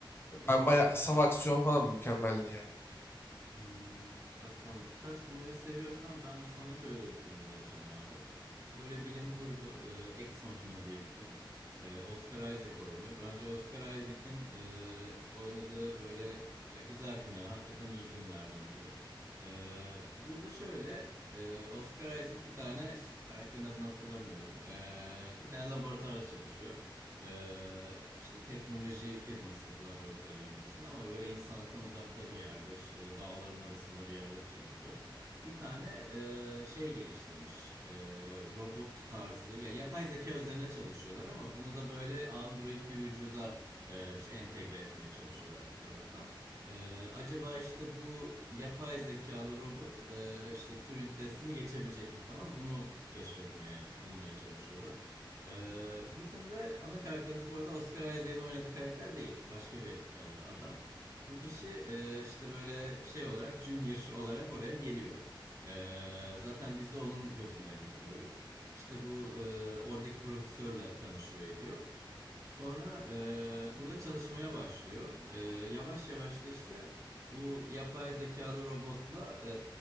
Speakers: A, on the left (about 25°); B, on the right (about 35°).
A: Ben
B: hı hı.
A: bayağı saf aksiyon falan mükemmeldi yani.
B: Hmm. Bak tamam bu tarz filmleri seviyorsan ben de sana şöyle bir film önereceğim abi. Bu böyle bilim kurgu e, Ex Machina diye bir film. E, Oscar Isaac oynuyor. Bence Oscar Isaac'in e, oynadığı böyle ya güzel filmler hakikaten iyi filmlerden biri. E, burada şöyle e, Oscar Isaac bir tane işte karakterin adını hatırlamıyorum. E, bir tane laboratuvarda çalışıyor. Ee, işte teknoloji firması laboratuvarı gibi düşün ama böyle insanlıktan uzakta bir yerde işte dağların arasında bir yerde çalışıyor. Bir tane e, şey geliştirmiş e, robot tarzı ya yapay zeka üzerine çalışıyorlar ama bunu da böyle android bir vücuda e, işte entegre etmeye çalışıyorlar bir taraftan. E, acaba işte bu yapay zekalı robot e, işte Turing testini geçebilecek mi falan bunu keşfetmeye bulmaya çalışıyorlar. Ee, bizim de ana karakterimiz bu arada Oscar Isaac'in oynadığı karakter değil. Başka bir e, adam. Bu kişi e, işte böyle şey olarak junior olarak oraya geliyor. Ee, zaten biz de onun gözünden izliyoruz. İşte bu e, oradaki profesörle tanışıyor ediyor. Sonra e, burada çalışmaya başlıyor. E, yavaş yavaş da işte bu yapay zekalı robotla e,